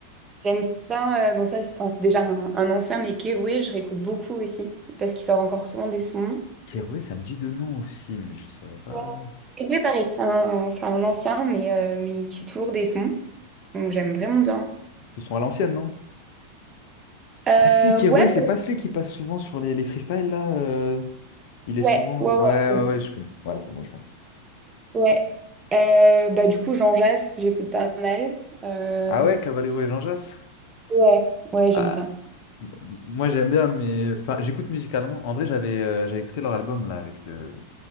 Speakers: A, on the right; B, on the left.
A: j'aime bien, euh, bon, ça, c'est 'fin, c'est déjà un, un ancien, mais Keroué, je réécoute beaucoup aussi, parce qu'il sort encore souvent des sons.
B: Keroué, ça me dit de nom aussi, mais je saurais pas.
A: Ouais. Keroué, pareil, c'est un, un- c'est un ancien, mais, euh, mais il fait toujours des sons. Donc, j'aime vraiment bien.
B: Ils sont à l'ancienne, non?
A: Euh,
B: Ah si, Keroué,
A: ouais,
B: c'est pas celui qui passe souvent sur les, les freestyles, là. euh, Il est
A: ouais,
B: souvent...
A: ouais,
B: Ouais,
A: ouais,
B: ouais,
A: j'écoute,
B: ouais, je connais. Ouais, c'est bon, je vois.
A: ouais. Euh, bah, du coup, Jean Jass, j'écoute pas mal. Euh,
B: Ah ouais, Cavallero et Jean Jass?
A: ouais, ouais, j'aime
B: Ah,
A: bien.
B: m- moi j'aime bien, mais enfin j'écoute musicalement. En vrai, j'avais euh, j'avais écouté leur album là avec le,